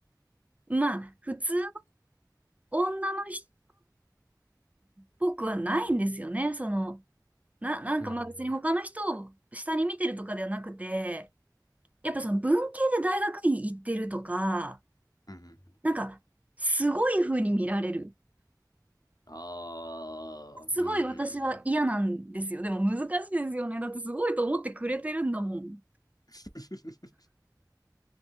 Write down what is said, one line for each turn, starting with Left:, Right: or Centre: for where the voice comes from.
Right: まあ、普通の女の人っぽくはないんですよね。その、な、なんかまあ別に他の人を下に見てるとかではなくて、
Left: うん、うん、うん。
Right: やっぱその文系で大学院行ってるとか、
Left: うんうん。
Right: なんか、すごい風に見られる。
Left: ああ、
Right: すごい私は嫌なんですよ。
Left: うん。
Right: でも難しいですよね。だってすごいと思ってくれてるんだもん。
Left: <laughs>